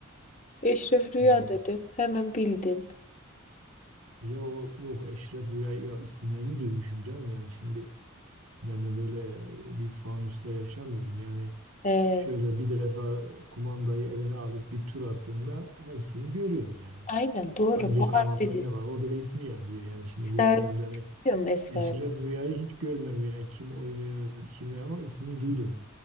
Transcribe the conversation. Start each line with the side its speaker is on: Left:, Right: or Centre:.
Left: Eşref Rüya
Right: Hmm.
Left: dedim. Hemen bildin.
Right: Ya o yok Eşref Rüya ya isimlerini duymuşum canım yani şimdi ben de böyle bir fanusta yaşamıyorum yani
Left: Ee,
Right: şöyle bir defa kumandayı eline alıp bir tur attığında hepsini görüyorsun yani.
Left: aynen doğru.
Right: Hangi
Left: Bahar
Right: kanalda
Left: dizisi.
Right: ne var orada ismi yazıyor yani şimdi
Left: Esra
Right: bu onu
Left: Erol
Right: izlemek.
Left: biliyor musun Esra
Right: Eşref
Left: Erol?
Right: Rüya'yı hiç görmem yani kim oynuyor kim ne ama ismini duydum.